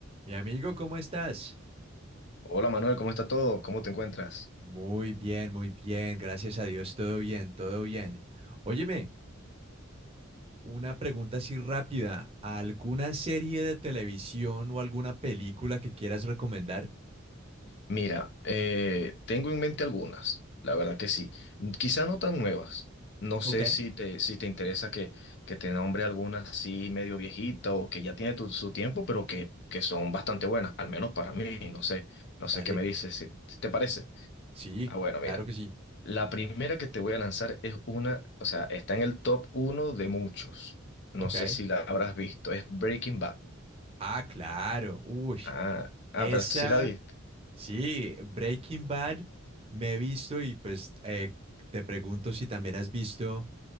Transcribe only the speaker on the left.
Hola Manuel, ¿cómo está todo? ¿Cómo te encuentras?
Mira, eh, tengo en mente algunas, la verdad que sí. Quizá no tan nuevas. No
sé si te, si te interesa que, que te nombre algunas así medio viejita o que ya tiene tu- su tiempo, pero que, que son bastante buenas, al menos para mí, no sé. No
sé qué me dices, si si te parece.
Ah, bueno,
mira.
La primera que te voy a lanzar es una, o sea, está en el top uno de muchos. No
sé si la habrás visto, es Breaking Bad.
Ah, ah,
pero sí la viste.